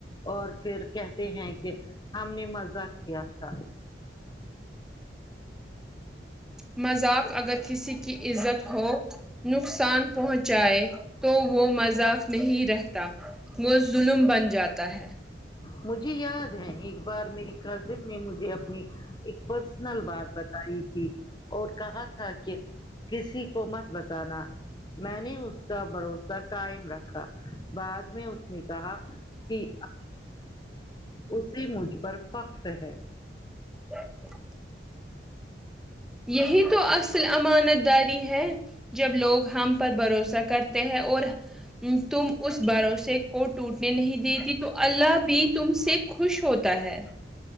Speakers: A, on the left; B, in the centre.
A: اور پھر کہتے ہیں کہ ہم نے مزہ کیا تھا
B: مذاق اگر کسی کی عزت ہو نقصان پہنچائے تو وہ مذاق نہیں رہتا وہ ظلم بن جاتا ہے
A: مجھے یاد ہے ایک بار میری کزن نے مجھے اپنی ایک پرسنل بات ر تھی اور کہا تھا کہ کسی کو مت بتانا میں نے اس کا بھروسہ قائم رکھا بعد میں اس نے کہا کہ اسی مجھ پر فخر ہے
B: اچ یہی تو اصل امانت داری ہے جب لوگ ہم پر بھروسہ کرتے ہیں اور تم اس بھروسے کو ٹوٹنے نہیں دیتی تو اللہ بھی تم سے خوش ہوتا ہے